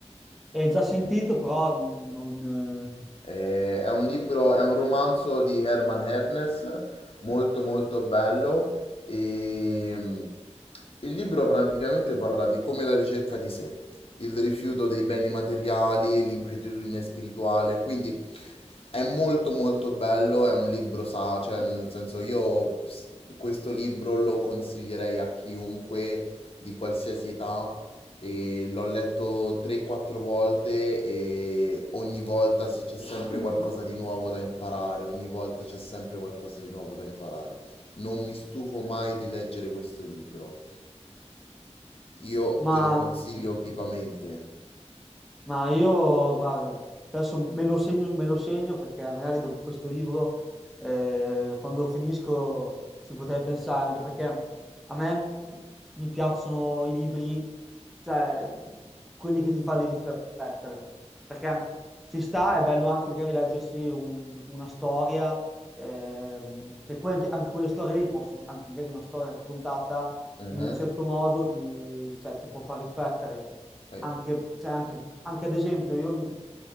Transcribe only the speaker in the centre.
E già sentito, però non... eh,
Ma
sì.
sì. Ma io, guarda, adesso me lo segno, me lo segno perché magari dopo questo libro, eh, quando lo finisco, ci potrei pensare, anche perché a me mi piacciono i libri, cioè, quelli che ti fanno riflettere, perché ci sta, è bello anche magari leggersi un- una storia, ehm, che poi anche, anche quelle storie lì possono, anche magari una storia raccontata
in un certo modo, ti, cioè, ti può far riflettere
anche, cioè, anche- anche ad esempio io mi-